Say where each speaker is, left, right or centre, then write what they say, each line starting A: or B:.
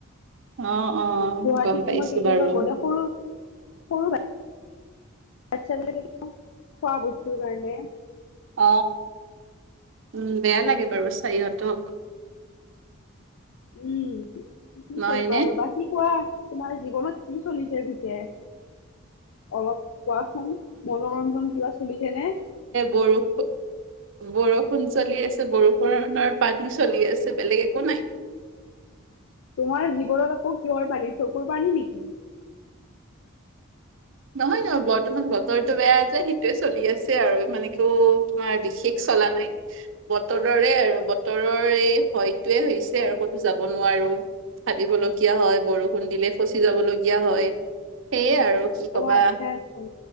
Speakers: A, on the right; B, on the left.
A: অ অ।
B: গুৱাহাটীত
A: গম পাইছো
B: মই কেতিয়াবা
A: বাৰু
B: গ'লে সৰু সৰু বা বাচ্ছা বিলাকে খোৱা বস্তুৰ কাৰণে
A: অ উম বেয়া লাগে বাৰু চাই সিহঁতক।
B: উম কি
A: নহয়নে?
B: কৰিবা আৰু বাকি কোৱা তোমাৰ জীৱনত কি চলিছে পিছে অলপ কোৱাচোন মনোৰঞ্জন কিবা চলিছেনে?
A: বৰষূণ বৰষুণ চলি আছে বৰষুণৰ পানী চলি আছে বেলেগ একো নাই।
B: তোমাৰ জীৱনত আকৌ কিহৰ পানী চকুৰ পানী নেকি?
A: নহয় নহয় বৰ্তমান বতৰটো বেয়া যায় সেইটোৱে চলি আছে আৰু মানে একো তোমাৰ বিশেষ চলা নাই। বতৰৰে আৰু বতৰৰ এই ভয়তোৱে হৈছে আৰু কতো যাব নোৱাৰো। ভাবিব লগীয়া হয় বৰষুণ দিলে ফচি যাব লগীয়া হয় সেয়ে আৰু কবা
B: অ আচ্ছা আচ্ছা